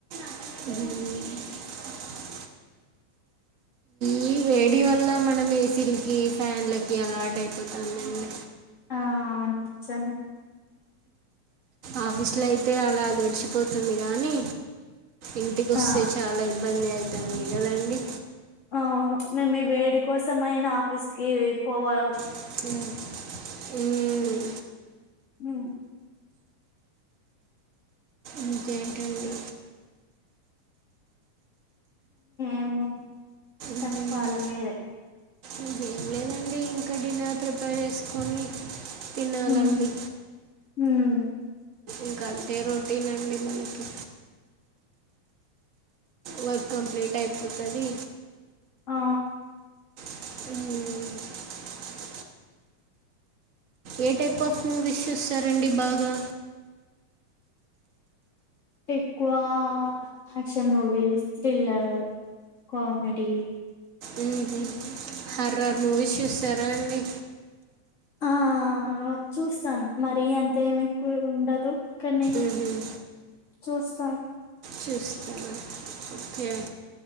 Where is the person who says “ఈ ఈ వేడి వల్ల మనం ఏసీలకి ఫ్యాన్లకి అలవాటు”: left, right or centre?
Right